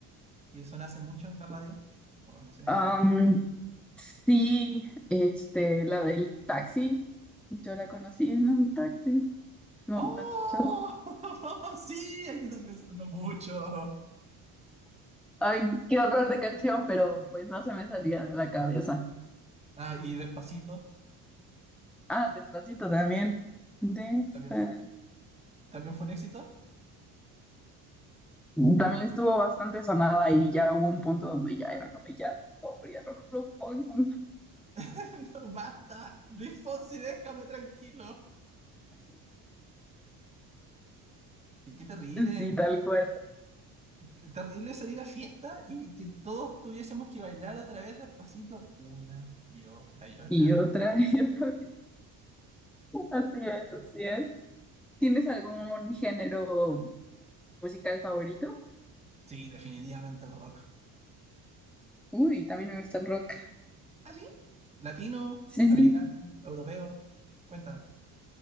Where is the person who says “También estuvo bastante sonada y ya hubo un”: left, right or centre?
Centre